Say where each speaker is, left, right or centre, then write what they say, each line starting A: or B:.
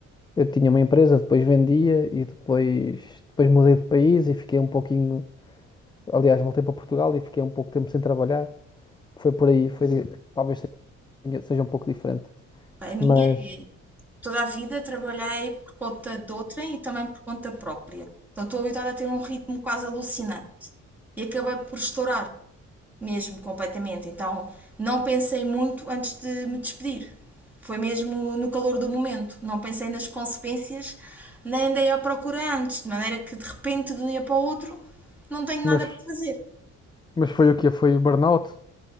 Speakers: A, on the left; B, in the centre.
A: eu tinha uma empresa, depois vendia e depois, depois mudei de país e fiquei um pouquinho. Aliás, voltei para Portugal e fiquei um pouco tempo sem trabalhar. Foi por aí, foi, di- talvez seja seja um pouco diferente.
B: É A minha
A: Mas
B: é toda a vida trabalhei por conta de outrem e também por conta própria. Então estou habituada a ter um ritmo quase alucinante e acabei por estourar. mesmo completamente. Então não pensei muito antes de me despedir. Foi mesmo no calor do momento. Não pensei nas consequências, nem andei à procura antes, de maneira que de repente, de um dia para o outro, não tenho nada
A: mas
B: para fazer.
A: Mas foi o quê? Foi o burnout?